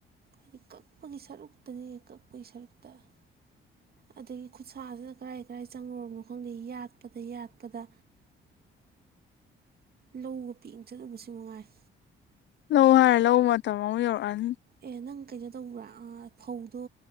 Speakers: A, on the right (about 50°); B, on the left (about 65°).
A: ꯍꯥꯏꯗꯤ ꯀꯛꯄꯒꯤ ꯁꯔꯨꯛꯇꯅꯦ ꯀꯛꯄꯒꯤ ꯁꯔꯨꯛꯇ ꯑꯗ ꯑꯗꯒꯤ ꯈꯨꯠꯁꯥꯁꯤꯅ ꯀꯔꯥꯏ ꯀꯗꯥꯏ ꯆꯪꯉꯨꯔꯝꯅꯣ ꯈꯪꯗꯦ ꯌꯥꯠꯄꯗ ꯌꯥꯠꯄꯗ ꯂꯧꯒ ꯄꯤ ꯆꯠꯂꯨꯕꯁꯨ ꯅꯨꯡꯉꯥꯏ
B: ꯂꯧ ꯍꯥꯏꯔꯦ ꯂꯧꯕ ꯃꯇꯝ ꯑꯃꯨꯛ ꯌꯧꯔꯛꯑꯅꯤ
A: ꯑꯦ ꯅꯪ ꯀꯩꯅꯣ ꯇꯧꯕ꯭ꯔꯥ ꯐꯧꯗꯣ